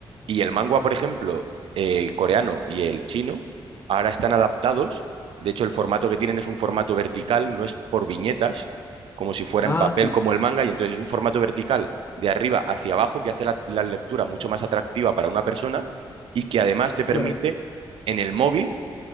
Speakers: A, on the right; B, on the left.
A: Y el manga, por ejemplo, eh, coreano y el chino, ahora están adaptados. De hecho, el formato que tienen es un formato vertical, no es por viñetas, como si fuera
B: Ah,
A: en papel
B: sí,
A: como el manga, y entonces es un formato vertical de arriba hacia abajo que hace la, la lectura mucho más atractiva para una persona y que además te permite
B: claro.
A: en el móvil